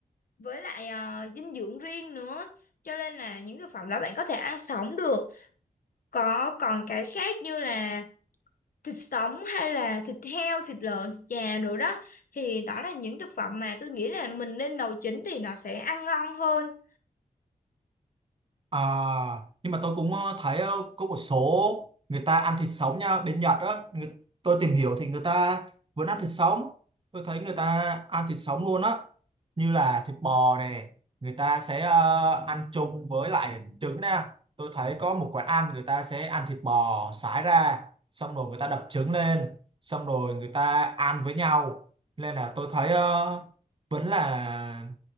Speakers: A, on the left (about 70°); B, on the right (about 35°).
A: với lại ờ, dinh dưỡng riêng nữa. Cho nên là những thực phẩm đó bạn có thể ăn sống được. Có còn cái khác như là thịt sống hay là thịt heo, thịt lợn, thịt gà rồi đó thì đó là những thực phẩm mà tôi nghĩ là mình nên nấu chín thì nó sẽ ăn ngon hơn.
B: À, nhưng mà tôi cũng ờ, thấy ờ, có một số người ta ăn thịt sống nha bên Nhật á người, tôi tìm hiểu thì người ta vẫn ăn thịt sống tôi thấy người ta ăn thịt sống luôn á như là thịt bò này người ta sẽ ờ, ăn chung với lại trứng nè tôi thấy có một quán ăn người ta sẽ ăn thịt bò sải ra xong rồi người ta đập trứng lên xong rồi người ta ăn với nhau nên là tôi thấy ờ, vẫn là